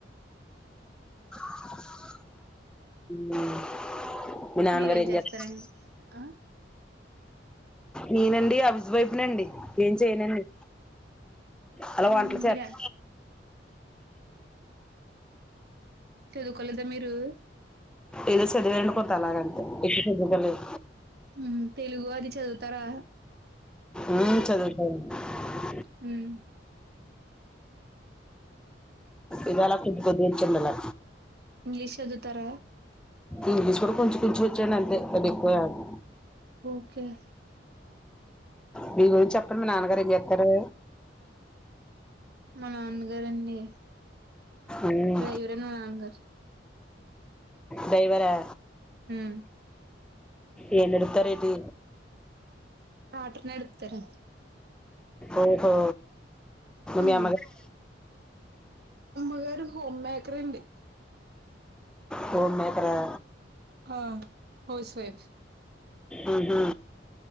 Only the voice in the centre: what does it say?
<inaudible> మ్మ్ మీ నాన్నగారు
ఏం
చేస్తారు
నేనండి హౌస్ వైఫ్నండి ఏం చేయనండి అలా వంటలు
చేస్త
ఏదో చదివా నండి కొంత అలాగ అంతే ఎక్కువ చదువుకోలేదు
ఆ చదువుతానండి
ఇవాళ కొద్ది కొద్ది ఇచ్చిండు ఆలా
ఇంగ్లీష్ కూడా కొంచెం కొంచెం వచ్చాండి అంతే అది ఎక్కువ రాదు
మీ గురించి చెప్పండి మీ నాన్నగారు ఏం జేస్తారు
మ్మ్
డ్రైవరా
ఏ నడుపుతారేంటి
ఓహో
మీ అమ్మగారు
హోమ్ మేకర్ ఆ
ఆహా